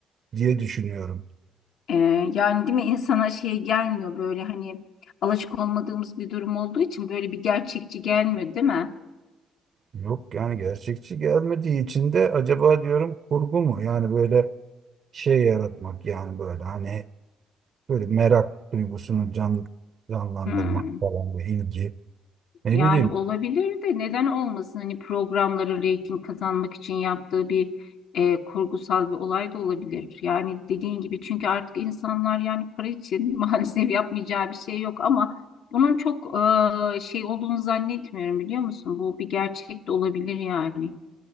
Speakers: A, on the right; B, on the left.
A: diye düşünüyorum.
B: Ee, yani değil mi insana şey gelmiyor böyle hani alışık olmadığımız bir durum olduğu için böyle bir gerçekçi gelmiyor değil mi?
A: Yok yani gerçekçi gelmediği için de acaba diyorum kurgu mu? Yani böyle şey yaratmak yani böyle hani böyle merak duygusunu can canlandırmak
B: Hmm.
A: falan bu ilgi. Ne
B: Yani
A: bileyim
B: olabilir de neden olmasın? Hani programların reyting kazanmak için yaptığı bir e, kurgusal bir olay da olabilir. Yani dediğin gibi çünkü artık insanlar yani para için <laughs> maalesef yapmayacağı bir şey yok ama bunun çok e, şey olduğunu zannetmiyorum biliyor musun? Bu bir gerçek de olabilir yani.